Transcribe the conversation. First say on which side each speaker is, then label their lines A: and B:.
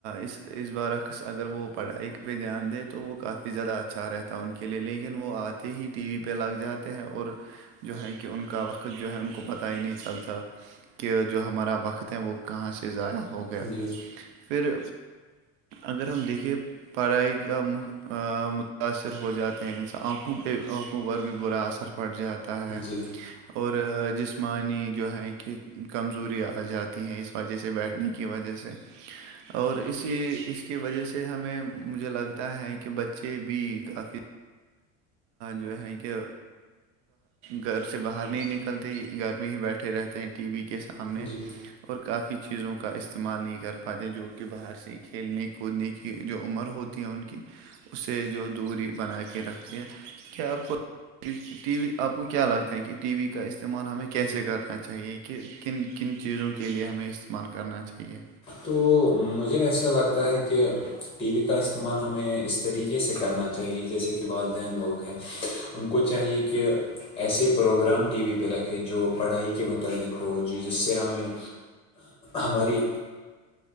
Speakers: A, on the right; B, on the left.
A: اس اس برعکس اگر وہ پڑھائی پہ دھیان دے تو وہ کافی زیادہ اچھا رہتا ہے تا ان کے لیے لیکن وہ آتے ہی ٹی وی پہ لگ جاتے ہیں اور جو ہے کہ ان کا وقت وقت جو ہے ان کو پتہ ہی نہیں چلتا کہ جو ہمارا وقت ہے وہ کہاں سے ضائع ہو گیا
B: جی
A: پھر اگر ہم دیکھے پڑھائی کا م متاثر ہو جاتے ہیں ان آنکھوں پہ آنکھوں پر بھی برا اثر پڑ جاتا ہے
B: جی
A: اور جسمانی جو ہے کہ کمزوری آ جاتی ہے اس وجہ سے بیٹھنے کی وجہ سے اور اسی اس کی وجہ سے ہمیں مجھے لگتا ہے کہ بچے بھی کافی جو ہے کہ گھر سے باہر ہے نہیں نکلتے گھر میں ہی بیٹھے رہتے ہیں ٹی وی کے سامنے
B: جی
A: اور کافی چیزوں کا استعمال نہیں کر پاتے جو کہ باہر سے کھیلنے کودنے کی کی جو عمر ہوتی ہے ان کی اسے جو دوری بنا کے رکھتے ہیں کیا آپ کو ٹی وی آپ کو کیا لگتا ہے کہ ٹی وی کا استعمال ہمیں کیسے کرنا چاہیے کہ کن کن چیزوں کے لیے ہمیں استعمال کرنا چاہیے
B: تو مجھے ایسا لگتا ہے کہ ٹی وی کا استعمال ہمیں اس طریقے سے کر کرنا چاہیے جیسے کہ والدین لوگ ہیں ان کو چاہیے کہ ایسے پروگرام ٹی وی پہ رکھے جو پڑھائی کے متعلق ہو جو جس سے ہمیں ہماری